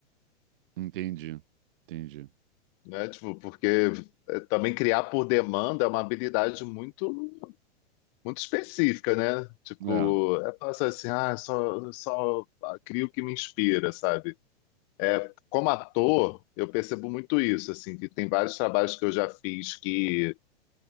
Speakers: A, on the right; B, on the left.
A: Entendi, entendi.
B: né? Tipo, porque eh, também criar por demanda é uma habilidade muito muito específica, né? Tipo,
A: É,
B: é passar assim, ah, só, só crio o que me inspira, sabe? É, como ator, eu percebo muito isso, assim, que tem vários trabalhos que eu já fiz que